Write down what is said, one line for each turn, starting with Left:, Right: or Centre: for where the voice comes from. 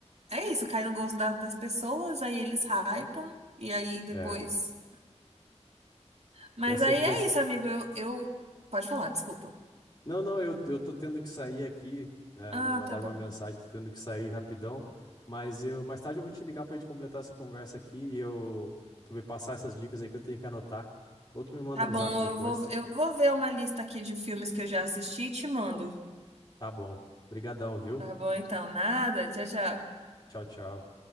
Right: É isso, cai no gosto da- das pessoas, aí eles hypam, e aí depois.
Left: É,
Right: Mas
Left: com certeza.
Right: aí é isso, amigo. Eu, eu... Pode falar, desculpa.
Left: Não, não, eu, eu tô tendo que sair aqui. é,
Right: Ah,
Left: me mandaram
Right: tá bom.
Left: uma mensagem, tô tendo que sair rapidão. Mas eu, mais tarde eu vou te ligar pra gente completar essa conversa aqui e eu tu vai passar essas dicas aí que eu tenho que anotar. Ou tu me manda
Right: Tá
Left: no
Right: bom,
Left: zap depois.
Right: eu vou, eu vou ver uma lista aqui de filmes que eu já assisti e te mando.
Left: Tá bom. Obrigadão, viu?
Right: Tá bom, então, nada. Tchau, tchau.
Left: Tchau, tchau.